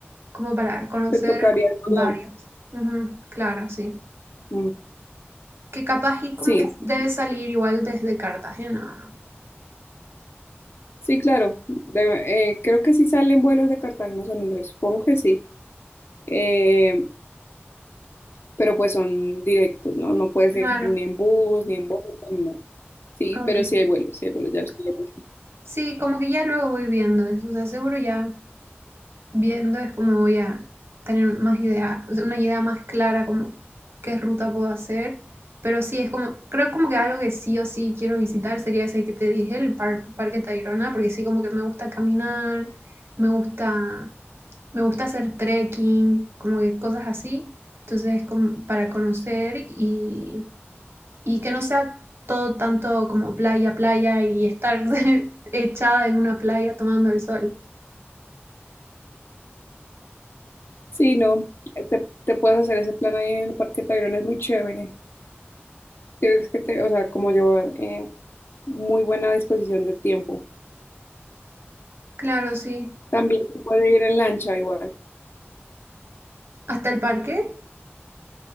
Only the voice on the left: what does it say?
Te tocaría en avión.
Mm,
Sí,
sí, claro. De- eh, creo que sí salen vuelos de Cartagena a San Andrés, supongo que sí. Eh, pero pues son directos, ¿no? No puedes
ir ni en bus, ni en bote, ni nada. Sí,
pero sí hay vuelos, sí hay vuelos, ya los estoy viendo.
Sí, no, te, te puedes hacer ese plan ahí en el Parque Tayrona, es muy chévere. Tienes que, te, o sea, como llevar eh, muy buena disposición de tiempo.
También se puede ir en lancha igual.